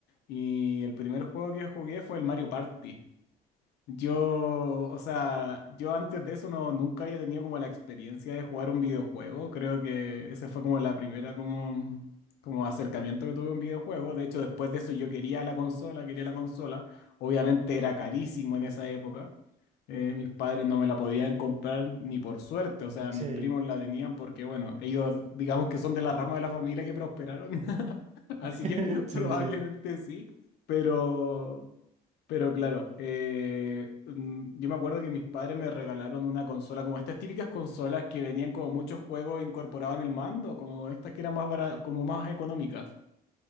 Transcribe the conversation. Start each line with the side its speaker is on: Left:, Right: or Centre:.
Left: Y el primer juego que jugué fue el Mario Party. Yo, o sea, yo antes de eso no, nunca había tenido como la experiencia de jugar un videojuego. Creo que ese fue como la primera como, como acercamiento que tuve a un videojuego. De hecho, después de eso yo quería la consola, quería la consola. Obviamente era carísimo en esa época. Eh, mis padres no me la podían comprar ni por suerte. O sea,
Right: Sí.
Left: mis primos la tenían porque, bueno, ellos digamos que son de la rama de la familia que prosperaron. <laughs> Así
Right: <laughs>
Left: que <laughs>
Right: Sí,
Left: probablemente
Right: sí.
Left: sí. Pero... Pero claro, eh, mm, yo me acuerdo que mis padres me regalaron una consola, como estas típicas consolas que venían como muchos juegos incorporados en el mando, como estas que eran más bara- como más económicas.